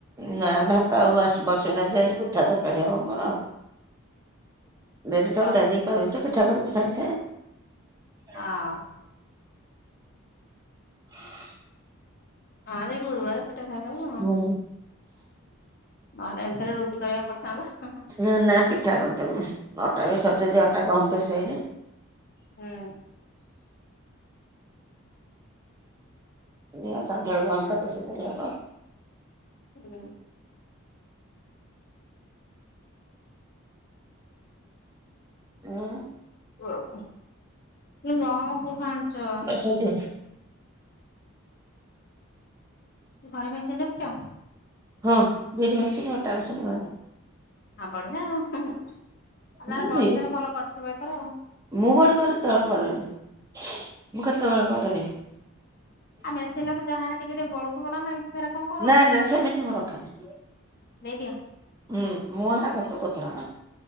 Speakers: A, on the right (about 15°); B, on the left (about 45°).
A: ନା ଭାତ ଆଉ ବସୁନା ଯେ ଆଜି ପିଠା ତରକାରୀ ହବ ମୋର ଆଉ। ମେର ଟଡାନ
B: ରଖ ହଁ
A: କରିଛ ପିଠା କର ବି ସଙ୍ଗଛେ
B: ହଁ
A: <inaudible>
B: ହଁ ସେଇ ଗୁରୁବାର ପିଠା ଖାଇଦବୁ ନହେଲେ
A: ହୁଁ।
B: ଏମିତିରେ ରୁଟି କରିଆକୁ ପ ହଁ ବା ହଁ-ହଁ।
A: ନା ନା ପିଠା କରିଦେମି ଅଟା ବି ସଯାଇଚି ଅଟା କମ୍ ପିସେଇନି।
B: ହୁଁ।
A: <unintelligible> ସନ୍ଧ୍ୟାଆଳକୁୁ ଆମଟା ପେଶେଇ ଦେଲେ ହବ।
B: ହୁଁ।
A: ଉଁ।
B: <unintelligible> ଗହମ କୋଉଠୁ ଆଣୁଚ?
A: ସେ ତି
B: କି ଘରେ ମେସିନ୍ ରଖିଚ?
A: ହଁ ବିରି ମେସିନି ଅଟା ମେସିନି ଘରେ।
B: ଆଁ ବଢିଆ ଆଉ। ତାର
A: ହୁଁ
B: ବଡି
A: ବିରି
B: ତାହେଲେ ଭଲ କରିଥିବ ଏଥର
A: ମୁଁ ବଢ଼ି କରେ <unintelligible> କରେନି। ମୁଁ କେତେବେଳେ କରିବି।
B: ଆ ମେସିନ୍ <unintelligible> ଯା ହେରେ ଟିକେ ଟିକେ ବଳୁଥିବା ନା ନାଇଁ ସେରା କଣ କର?
A: ନା ନା ସେମିତି ମୁଁ ରଖେନି।
B: ନେଇଦିଅ।
A: ହୁଁ ମୁଁ ହେରା ବତ କୋତରା ନା।